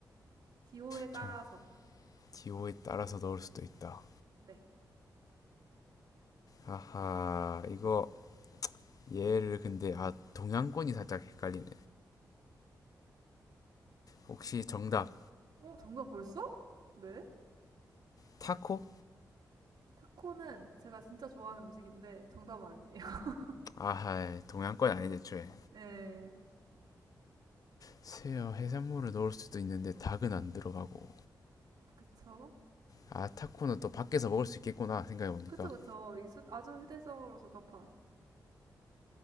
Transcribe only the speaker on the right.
기호에 따라서.
네.
어 정답 벌써? 네.
타코는 제가 진짜 좋아하는 음식인데 정답은 아니에요. <laughs>
네,
그쵸?
그쵸, 그쵸. 이 수- 아주 휴대성으로 적합한.